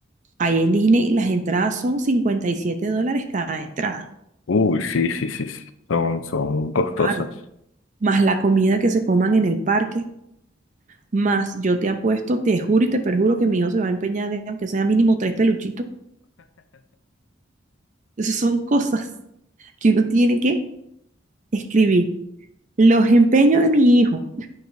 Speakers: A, on the right; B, on the left.
A: Ahí en Disney las entradas son 57 dólares cada entrada.
B: Uy, sí, sí, sí, sí, son, son costosas.
A: Claro. Más la comida que se coman en el parque. Más yo te apuesto, te juro y te perjuro que mi hijo se va a empeñar de, aunque sea mínimo tres peluchitos. Esas son cosas que uno tiene que escribir. Los empeños de mi hijo,